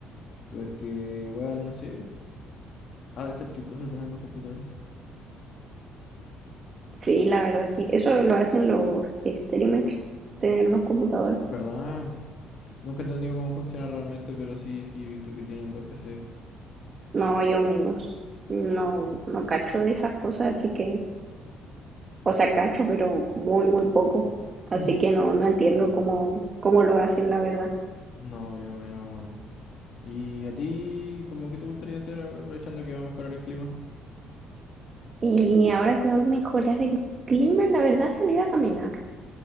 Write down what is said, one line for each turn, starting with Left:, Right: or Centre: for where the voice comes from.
Left: Porque igual, no sé, ha de ser chistoso tener dos computadores.
Right: Sí, la verdad, sí. Eso lo hacen los streamers, tener dos computadores.
Left: ¿Verdad? Nunca he entendido cómo funciona realmente, pero sí, sí he visto que tienen dos PCs.
Right: No, yo menos. No, no cacho de esas cosas, así que O sea, cacho, pero muy, muy poco. Así
Left: <laughs>
Right: que no, no entiendo cómo, cómo lo hacen, la verdad.
Left: No, yo menos, weón. ¿Y a ti, como que te gustaría hacer ahora aprovechando que va a mejorar el clima?
Right: Y ahora que va a mejorar el clima, la verdad, salir a caminar.